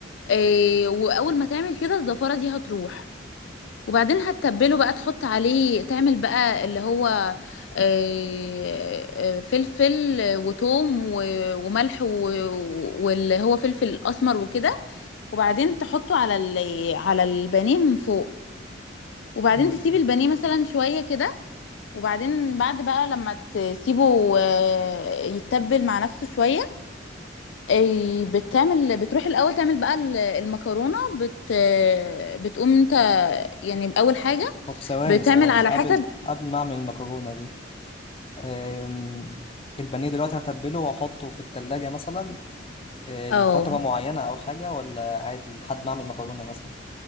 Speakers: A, on the left (about 70°); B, on the left (about 30°).
A: آه، وأول ما تعمل كده الزفارة دي هتروح وبعدين هتتبله بقى تحط عليه تعمل بقى اللي هو آه، آه، فلفل وتوم و- وملح و- واللي هو فلفل اسمر وكده وبعدين تحطه على ال- على البانيه من فوق وبعدين
B: مم.
A: تسيب البانيه مثلا شوية كده وبعدين بعد بقى لما تسيبه آه، يتبل مع نفسه شوية آه، بتعمل بتروح الأول تعمل بقى ال- المكرونة بت آه، بتقوم انت يعني أول حاجة
B: طب ثواني
A: بتعمل
B: ثواني
A: على
B: قبل
A: حسب
B: قبل ما اعمل المكرونة دي أم... البانيه دلوقتي هتبله واحطه في التلاجة مثلا آه، لفترة
A: اه
B: معينة او حاجة ولا عادي لحد ما اعمل مكرونة مثلا